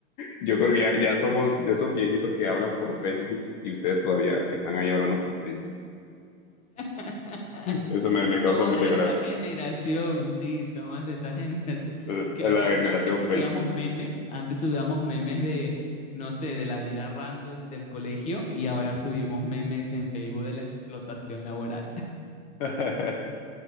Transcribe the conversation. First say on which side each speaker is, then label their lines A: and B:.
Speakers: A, on the left; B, on the left.
A: yo creo que ya, ya somos de esos viejitos que hablan por Facebook y ustedes todavía están ahí hablando por Facebook.
B: <laughs>
A: Eso me, me causa
B: Somos
A: mucha
B: de
A: gracia.
B: esa generación, sí, somos de esa <laughs> generación.
A: Eh,
B: Que ahora,
A: La generación
B: antes subíamos
A: Facebook.
B: memes, antes subíamos memes de, no sé, de la vida random del colegio y ahora subimos memes en Facebook de la explotación laboral. <laughs>
A: <laughs>